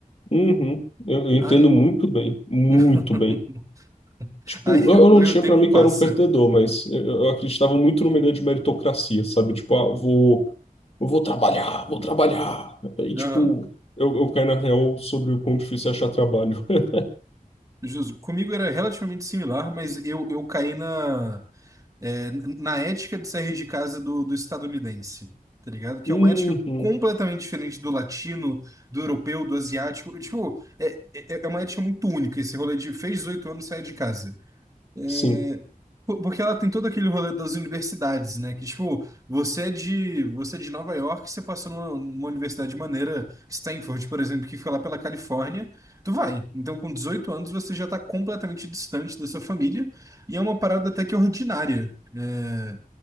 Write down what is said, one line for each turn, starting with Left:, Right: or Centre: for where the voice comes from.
Left: Uhum. Eu, eu entendo
Right: Aí,
Left: muito bem, muito
Right: <laughs>
Left: bem. Tipo,
Right: aí,
Left: eu, eu
Right: o,
Left: não
Right: aí
Left: tinha
Right: o tempo
Left: pra mim
Right: passa.
Left: que eu era um perdedor, mas eu, eu acreditava muito numa ideia de meritocracia, sabe? Tipo, ah, eu vou, eu vou trabalhar, vou trabalhar. E, tipo,
Right: Aham.
Left: eu, eu caí na real sobre o quão difícil é achar trabalho. <laughs>
Right: Justo. Comigo era relativamente similar, mas eu, eu caí na. é, na ética de sair de casa do, do estadunidense, tá ligado? Que
Left: Uhum,
Right: é uma ética completamente diferente do latino, do europeu, do asiático. Tipo, é, é, é uma ética muito única esse rolê de fez 18 anos, sai de casa. É,
Left: sim.
Right: po- Porque ela tem todo aquele rolê das universidades, né? Que, tipo, você é de, você é de Nova York, você passa numa, numa universidade maneira, Stanford, por exemplo, que fica lá pela Califórnia, tu vai. Então, com 18 anos, você já tá completamente distante da sua família, e é uma parada até que ordinária, é,